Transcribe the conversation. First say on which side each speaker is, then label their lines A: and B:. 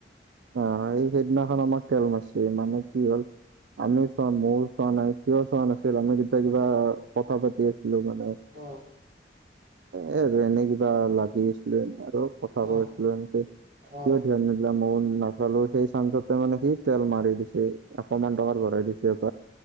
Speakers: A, on the right; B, on the right.
A: অ এই সেইদিনাখন আমাক তেল নাছিল মানে কি হ'ল। আমিও চোৱা মোৰো চোৱা নাই কিয় চোৱা নাছিল আমি তেতিয়া কিবা কথা পাতি আছিলো মানে।
B: অ'।
A: এ আৰু এনে কিবা লাগি আছিলো এনে আৰু কথা
B: অঁ
A: কৈছিলো এনেকে
B: অঁ
A: ধ্যান নিদিলা মইও নিদিলোঁ নাচালো সেই চানঞ্চতে মানে সি তেল মাৰি দিছে অকমান টকাত ভৰাই দিছে এপ